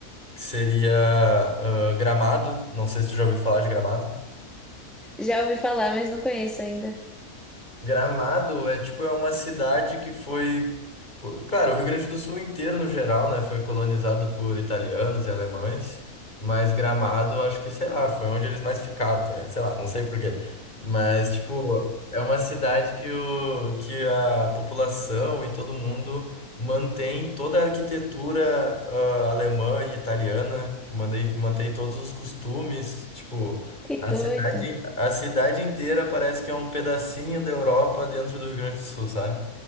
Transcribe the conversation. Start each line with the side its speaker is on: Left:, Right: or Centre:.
Left: que seria ah, Gramado. Não sei se tu já ouviu falar de Gramado.
Centre: Já ouvi falar, mas não conheço ainda.
Left: Gramado é tipo é uma cidade que foi, co- claro, o Rio Grande do Sul inteiro no geral, né, foi colonizado por italianos e alemães, mas Gramado acho que, sei lá, foi onde eles mais ficaram, tá ligado? Sei lá, não sei por quê. Mas tipo, é uma cidade que o que a população e todo mundo mantém toda a arquitetura ah, alemã e italiana, mantém, mantém todos os costumes, tipo
Centre: Que
Left: a
Centre: doido.
Left: cidade, a cidade inteira parece que é um pedacinho da Europa dentro do Rio Grande do Sul, sabe?